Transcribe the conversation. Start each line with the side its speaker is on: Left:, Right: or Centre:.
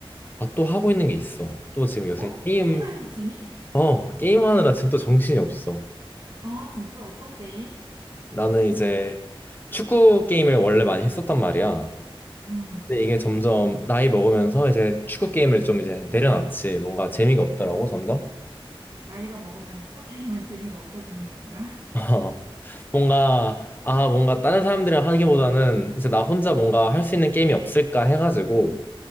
Left: 아, 또 하고 있는 게 있어. 또 지금 요새
Right: 어?
Left: 게임,
Right: 또 다른 취미?
Left: 어, 게임하느라 지금 또 정신이 없어.
Right: 아, 진짜? 어떤 게임?
Left: 나는 이제 축구 게임을 원래 많이 했었단 말이야.
Right: 음,
Left: 근데 이게 점점 나이 먹으면서 이제 축구 게임을 좀 이제 내려놨지. 뭔가 재미가 없더라고, 점점.
Right: 나이가 먹으면 축구 <laughs> 게임은 재미가 없어지는 건가?
Left: <laughs> 뭔가, 아, 뭔가 다른 사람들이랑 하기보다는 이제 나 혼자 뭔가 할 수 있는 게임이 없을까 해가지고,